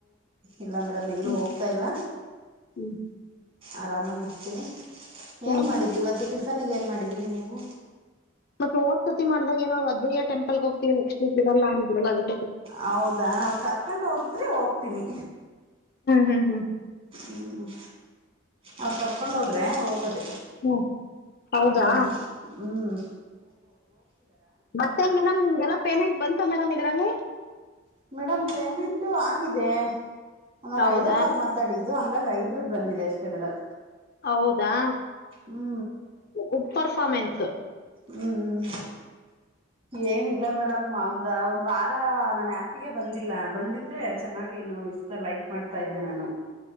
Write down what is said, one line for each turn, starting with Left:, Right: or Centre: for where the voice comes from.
Right: ಇಲ್ಲ ಮೇಡಮ್ ಎಲ್ಲೂ
Left: ಹ್ಮ್
Right: ಹೋಗ್ತಾ ಇಲ್ಲ
Left: ಹ್ಮ್
Right: ಆರಾಮಾಗಿರ್ತೀನಿ
Left: ಹ್ಮ್
Right: ಏನ್ ಮಾಡಿದ್ರಿ ಇವತ್ತು ಟಿಫನ್ಿಗೆ ಏನ್ ಮಾಡಿದ್ರಿ ನೀವು
Left: ಮತ್ತೆ ದ್ಸತಿ ಮಾಡ್ದಾಗಏನಾವ ಅಜಯ ಟೆಂಪಲ್ಗೆ ಹೋಗ್ತವಿ ನೆಸ್ಟ್ ವೀಕ್ ಇರಲ್ಲಾರಲ್ಲ ಅದು
Right: ಹೌದಾ ಅವ್ರರು ಕರ್ಕೊಂಡ್ ಹೋಗದ್ರೆ ಹೋಗ್ತೀನಿ
Left: ಹ್ಮ್ ಹ್ಮ್
Right: ಹ್ಮ್ ಅವರು ಕರ್ಕೊಂಡ್ ಹೋದ್ರೆ ಹೋಗದ
Left: ಹ್ಮ್ ಹೌದಾ
Right: ಹ್ಮ್ ಹ್ಮ್
Left: ಮತ್ತೆ ಮೇಡಮ್ ನಿಮ್ಗೆಲ್ಲ ಪೇಮೆಂಟ್ ಬಂತು ಮೇಡಮ್ ಇದರಲ್ಲಿ
Right: ಮೇಡಮ್ ಪೇಮೆಂಟು ಆಗಿದೆ ನಾನು
Left: ಹೌದಾ
Right: ಐದೇ ಸರ್ ಮಾತಾಡಿದ್ದ ಅದು ಹಂಗಾಗಿ ಐದ್ರದ ಬಂದಿದೆ ಅಷ್ಟೇ ಮೇಡಮ್
Left: ಹೌದಾ
Right: ಹ್ಞೂ
Left: ಗುಡ್ ಪರ್ಫ್ಮೆನ್ಸ್
Right: ಹ್ಞೂ
Left: <unintelligible>
Right: ಏನಿಲ್ಲ ಮೇಡಮ್ ಒಂದ ಒಂದು್ ವಾರ ನಾನ ಆಪಿಗೆ ಬಂದಿಲ್ಲ ಬಂದಿದ್ರೆ ಚೆನ್ನಾಗೇನು ಇಷ್ಟ ಲೈಕ್ ಮಾಡ್ತಾ ಇದ್ದೆ ನಾನು